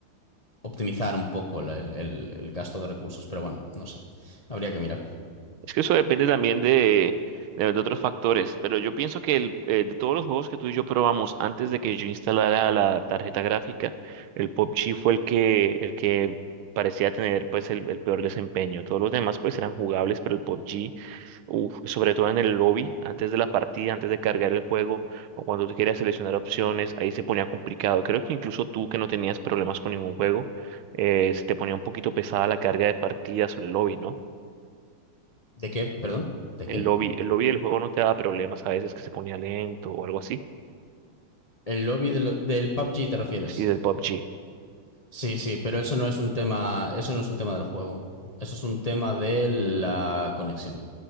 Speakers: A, on the left; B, on the right.
A: optimizar un poco la- el, el- el gasto de recursos, pero bueno, no sé. Habría que mirar.
B: Es que eso depende también de, de, de otros factores, pero yo pienso que el, eh, de todos los juegos que tú y yo probamos antes de que yo instalara la tarjeta gráfica, el P U B G fue el que, el que parecía tener pues el, el peor desempeño. Todos los demás pues eran jugables, pero el PUBG, uf, sobre todo en el lobby, antes de la partida, antes de cargar el juego o cuando tú querías seleccionar opciones, ahí se ponía complicado. Creo que incluso tú que no tenías problemas con ningún juego, eh, se te ponía un poquito pesada la carga de partidas o el lobby, ¿no?
A: ¿De qué? Perdón, ¿de
B: El
A: qué?
B: lobby, el lobby del juego no te da problemas a veces que se ponía lento o algo así.
A: ¿El lobby de lo- del PUBG te refieres?
B: Sí, del PUBG.
A: Sí, sí, pero eso no es un tema, eso no es un tema del juego. Eso es un tema de la conexión.